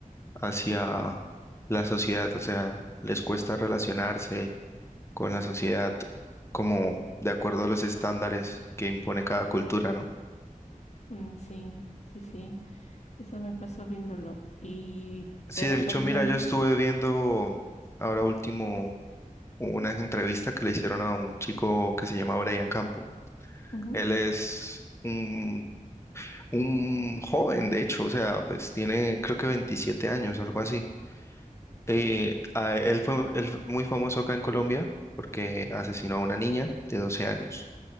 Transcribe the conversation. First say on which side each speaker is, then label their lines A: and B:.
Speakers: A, on the left; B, on the left.
A: hacia la sociedad, o sea, les cuesta relacionarse con la sociedad como de acuerdo a los estándares que impone cada cultura, ¿no?
B: Mm, sí, sí, sí, eso me pasó viéndolo. Y,
A: Sí,
B: pero
A: de hecho,
B: por ejemplo,
A: mira, yo estuve viendo ahora último una entrevista que le hicieron a un chico que se llama Brian Campo.
B: ujú,
A: Él es un, un joven, de hecho, o sea, pues tiene creo que 27 años, algo así. Eh, a- él fue, él fue muy famoso acá en Colombia porque asesinó a una niña de 12 años